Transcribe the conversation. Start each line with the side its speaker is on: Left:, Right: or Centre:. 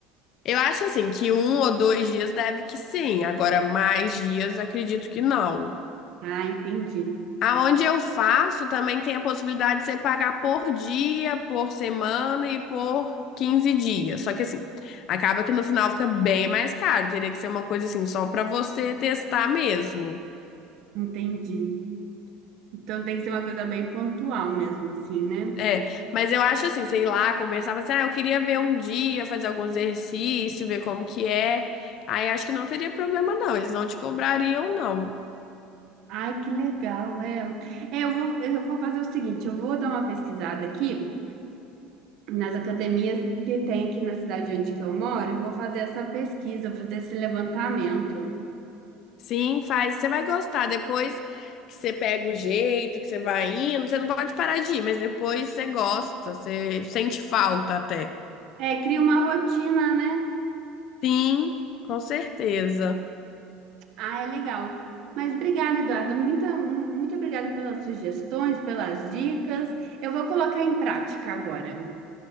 Left: eu acho assim que um ou dois dias deve que sim, agora mais dias acredito que não.
Right: Ah, entendi,
Left: Aonde eu faço também tem a possibilidade de você pagar por dia, por semana e por 15 dias. Só que assim, acaba que no final fica bem mais caro. Teria que ser uma coisa assim, só para você testar mesmo.
Right: entendi. Então tem que ser uma coisa bem pontual mesmo, assim, né?
Left: É, mas eu acho assim, sei lá, conversar, falar assim, ah, eu queria ver um dia, fazer algum exercício, ver como que é. Aí acho que não teria problema não, eles não te cobrariam não.
Right: Ai, que legal, é. É, eu vou, eu vou fazer o seguinte, eu vou dar uma pesquisada aqui. nas academias que tem aqui na cidade onde que eu moro e vou fazer essa pesquisa, vou fazer esse levantamento.
Left: Sim, faz. Você vai gostar. Depois que você pega o jeito, que você vai indo, você não pode parar de ir, mas depois você gosta, você sente falta até.
Right: É, cria uma rotina, né?
Left: Sim, com certeza.
Right: Ah, é legal. Mas obrigada, Eduardo. Muito, muito obrigada pelas sugestões, pelas dicas. Eu vou colocar em prática agora.